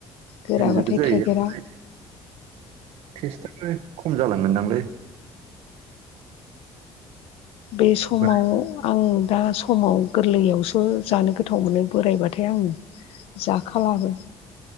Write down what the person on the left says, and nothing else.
गोराबाथाय
थाइगिरा
बे समाव
आं दा समाव गोरलैयावसो जानो गोथाव मोनो बोरायबाथाय आं जाखालाबो